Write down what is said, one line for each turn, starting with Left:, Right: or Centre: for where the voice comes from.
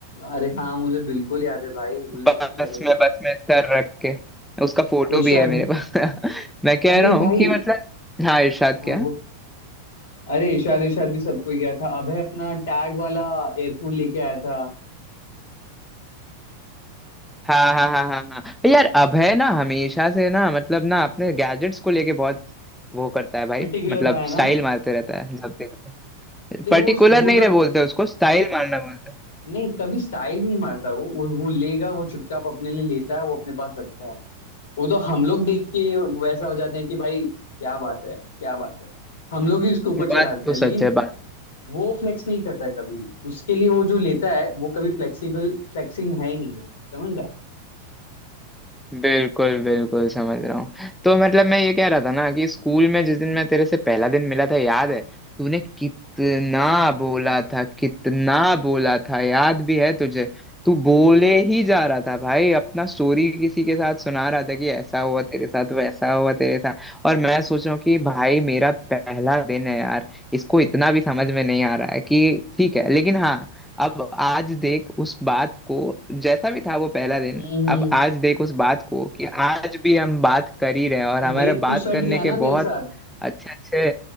Left: अरे हाँ मुझे बिल्कुल याद है भाई मुझे सब
Centre: बस
Left: कुछ याद है
Centre: में बस में सर रख के उसका फोटो
Left: इरशाद
Centre: भी है मेरे पास <laughs> मैं कह
Left: अरे
Centre: रहा हूँ
Left: भाई
Centre: कि मतलब हाँ इरशाद
Left: हाँ
Centre: क्या
Left: अरे इशाद इशाद भी सबको ही गया था अभय अपना टैग वाला एयरफोन लेके आया था
Centre: हाँ हाँ हाँ हाँ हाँ यार अभय ना हमेशा से ना मतलब ना अपने गैजेट्स को लेके बहुत वो करता है भाई
Left: पर्टिकुलर
Centre: मतलब
Left: रहा है
Centre: स्टाइल
Left: ना
Centre: मारते रहता है जब देखो
Left: देखो
Centre: पर्टिकुलर
Left: वो वो
Centre: नहीं
Left: ना
Centre: रहे बोलते उसको स्टाइल मारना बोलते
Left: नहीं कभी स्टाइल नहीं मारता वो वो वो लेगा वो चुपचाप अपने लिए लेता है वो अपने पास रखता है वो तो हम लोग देख के वैसा हो जाते हैं कि भाई क्या बात है क्या बात है हम लोग ही उसके ऊपर
Centre: हैं
Left: चढ़ाते
Centre: बात तो
Left: हैं लेकिन
Centre: सच है बात
Left: वो फ्लेक्स नहीं करता है कभी भी उसके लिए वो जो लेता है वो कभी फ्लेक्सिबल फ्लेक्सिंग है ही नहीं वो समझ रहा है?
Centre: बिल्कुल बिल्कुल समझ रहा हूँ तो मतलब मैं ये कह रहा था ना कि स्कूल में जिस दिन मैं तेरे से पहला दिन मिला था याद है तूने कितना बोला था कितना बोला था याद भी है तुझे तू बोले ही जा रहा था भाई अपना स्टोरी किसी के साथ सुना रहा था कि ऐसा हुआ तेरे साथ वैसा हुआ तेरे साथ और मैं सोच रहा हूँ कि भाई मेरा पहला दिन है यार इसको इतना भी समझ में नहीं आ रहा है कि ठीक है लेकिन हाँ अब आज देख उस बात को जैसा भी था वो पहला दिन
Left: हम्म हम्म
Centre: अब आज देख उस बात को कि आज भी हम बात कर ही रहे हैं
Left: तू
Centre: और हमारे
Left: देख तू
Centre: बात
Left: सट
Centre: करने
Left: गया
Centre: के
Left: ना मेरे
Centre: बहुत
Left: साथ
Centre: अच्छे अच्छे